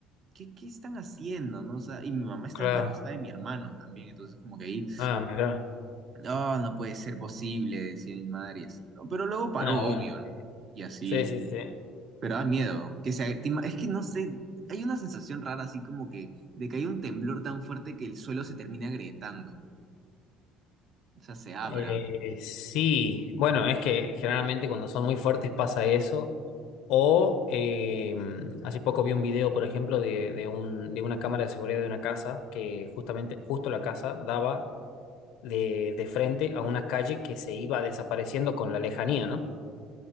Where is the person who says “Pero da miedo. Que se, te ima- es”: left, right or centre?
Right